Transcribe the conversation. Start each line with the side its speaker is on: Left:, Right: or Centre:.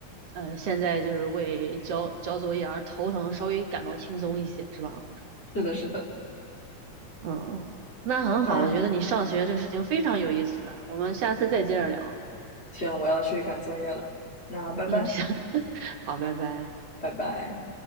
Right: 呃，现在就是为交交作业而头疼，稍微感到轻松一些，是吧？
Left: 是的，是的。
Right: 嗯，那很好，
Left: 那
Right: 我觉得你上学这个事情非常有意思啊，我们下次再接着聊。
Left: 行，我要去赶作业了。那拜拜，
Right: 嗯，行，<laughs> 好，拜拜。
Left: 拜拜。